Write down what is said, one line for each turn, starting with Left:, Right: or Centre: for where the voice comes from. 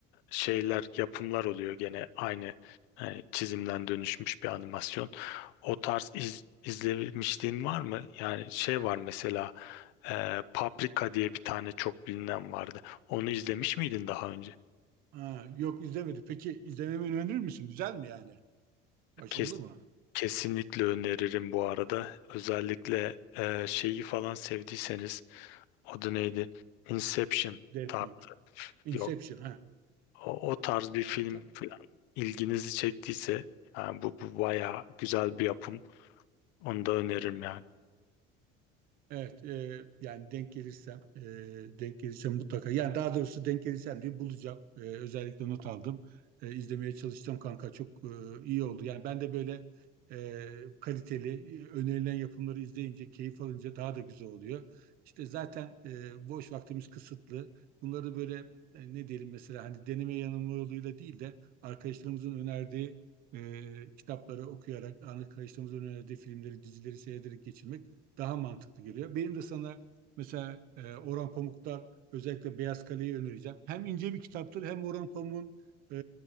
Left: şeyler yapımlar oluyor gene aynı yani çizimden dönüşmüş bir animasyon. O tarz iz, izlemişliğin var mı? Yani şey var mesela ee, Paprika diye bir tane çok bilinen vardı. Onu izlemiş miydin daha önce?
Right: Ha, yok izlemedim. Peki izlememi önerir misin? Güzel mi yani? Başarılı
Left: Kes,
Right: mı?
Left: kesinlikle öneririm bu arada. Özellikle e, şeyi falan sevdiyseniz adı neydi? Inception.
Right: Death
Left: Ta,
Right: Note. Inception
Left: yok.
Right: ha.
Left: O, o tarz bir film
Right: Tamam.
Left: falan ilginizi çektiyse yani bu, bu bayağı güzel bir yapım. Onu da öneririm yani.
Right: Evet, e, yani denk gelirsem, e, denk gelirsem mutlaka. Yani daha doğrusu denk gelirsem diye bulacağım. E, özellikle not aldım. E, izlemeye çalışacağım kanka. Çok e, iyi oldu. Yani ben de böyle e, kaliteli, e, önerilen yapımları izleyince, keyif alınca daha da güzel oluyor. İşte zaten e, boş vaktimiz kısıtlı. Bunları böyle e, ne diyelim mesela hani deneme yanılma yoluyla değil de arkadaşlarımızın önerdiği e, kitapları okuyarak, arkadaşlarımızın önerdiği filmleri, dizileri seyrederek geçirmek daha mantıklı geliyor. Benim de sana mesela e, Orhan Pamuk'tan özellikle Beyaz Kale'yi önereceğim. Hem ince bir kitaptır hem Orhan Pamuk'un e,